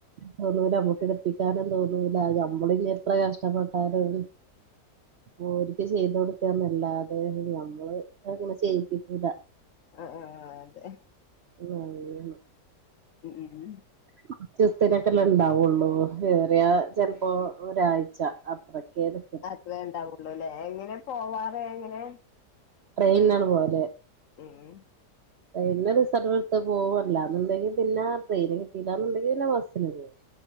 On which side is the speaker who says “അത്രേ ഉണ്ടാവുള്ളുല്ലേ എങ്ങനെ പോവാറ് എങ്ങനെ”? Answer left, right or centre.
Left